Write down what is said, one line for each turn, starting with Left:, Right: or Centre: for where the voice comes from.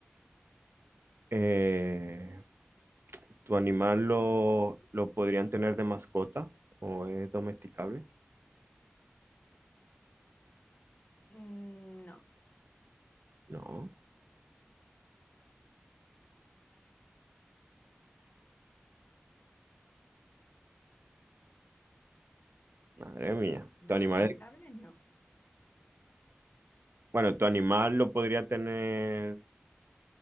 Right: eh, ¿tu animal lo, lo podrían tener de mascota o es domesticable?
Left: Mm, no.
Right: No, madre mía. Tu
Left: Domesticable,
Right: animal,
Left: no.
Right: bueno, tu animal lo podría tener